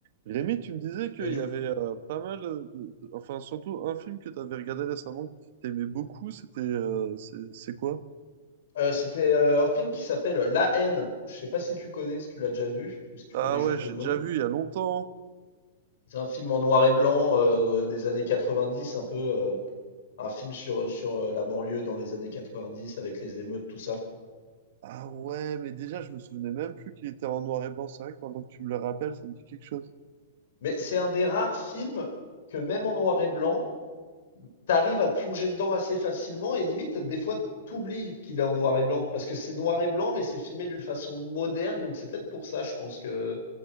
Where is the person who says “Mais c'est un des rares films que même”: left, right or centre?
Left